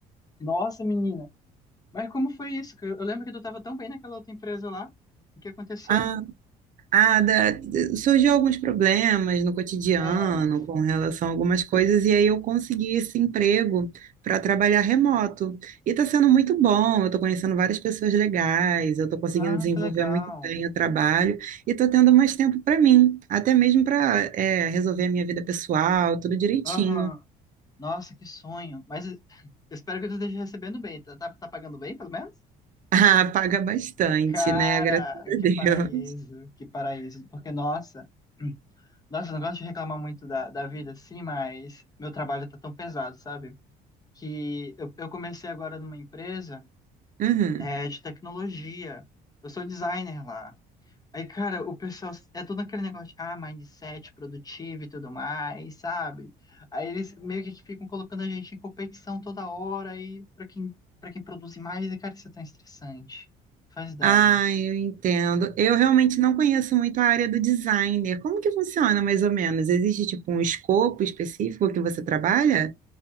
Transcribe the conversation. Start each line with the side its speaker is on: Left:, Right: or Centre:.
Left: Nossa, menina. Mas como foi isso? Que Eu eu lembro que tu tava tão bem naquela outra empresa lá. O que aconteceu?
Right: Ah, ah, da- surgiu alguns problemas no cotidiano
Left: Ah,
Right: com relação a algumas coisas, e aí eu consegui esse emprego para trabalhar remoto. E tá sendo muito bom, eu tô conhecendo várias pessoas legais, eu tô conseguindo
Left: Ah,
Right: desenvolver
Left: que legal.
Right: muito bem o trabalho e tô tendo mais tempo para mim, até mesmo para resolver a minha vida pessoal, tudo direitinho.
Left: Aham. Nossa, que sonho. Mas eu espero que tu esteja recebendo bem. Tá, tá, tá pagando bem, pelo menos?
Right: Ah, paga bastante,
Left: Cara,
Right: né? Graças a
Left: que
Right: Deus.
Left: paraíso, que paraíso. Porque, nossa, <clears throat> nossa, eu não gosto de reclamar muito da, da vida, sim, mas meu trabalho tá tão pesado, sabe? que eu, eu comecei agora numa empresa
Right: Uhum.
Left: é, de tecnologia. Eu sou designer lá. Aí, cara, o pessoal é todo aquele negócio de ah, mindset produtivo e tudo mais, sabe? Aí eles meio que ficam colocando a gente em competição toda hora aí para quem para quem produz mais, e cara, isso é tão estressante. Faz ideia.
Right: Ah, eu entendo. Eu realmente não conheço muito a área do designer. Como que funciona, mais ou menos? Existe, tipo, um escopo específico que você trabalha?